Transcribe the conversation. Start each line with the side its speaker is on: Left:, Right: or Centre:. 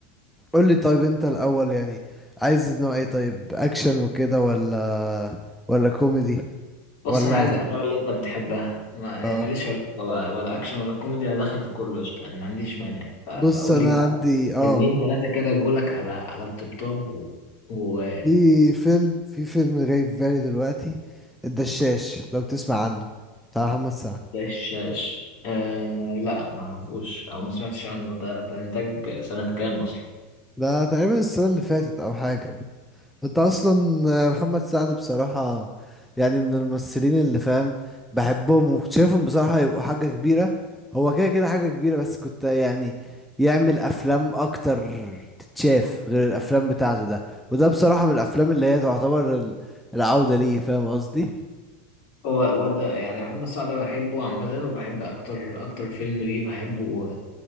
Centre: قول لي طيب انت الاول يعني عايز نوع ايه طيب اكشن وكده ولا ولا كوميدي
Left: بص
Centre: ولا
Left: أنا عايز الأفلام اللي أنت بتحبها ما يعني
Centre: اه
Left: ماليش علاقة بقى ولا أكشن ولا كوميدي أنا داخل في كله قشطة يعني ما عنديش مانع ف- فقول
Centre: بص انا
Left: لي بقى
Centre: عندي اه
Left: فيلمين ثلاثة كده جولك على على الطبطاب و... و...
Centre: في فيلم في فيلم جاي في بالي دلوقتي الدشاش لو تسمع عنه بتاع محمد سعد
Left: ده الشاش آه لا ما اعرفوش او ما سمعتش عنه ده ده انتاج سنة كام اصلا
Centre: ده تقريبا السنة اللي فاتت او حاجة انت اصلا محمد سعد بصراحة يعني من الممثلين اللي فاهم بحبهم وشايفهم بصراحة يبقوا حاجة كبيرة هو كده كده حاجة كبيرة بس كنت يعني يعمل افلام اكتر تتشاف غير الافلام بتاعته ده وده بصراحة من الافلام اللي هي تعتبر ال- العودة ليه فاهم قصدي
Left: هو هو ده يعني محمد سعد انا بحبه عامة وبحب اكتر اكتر فيلم ليه بحبه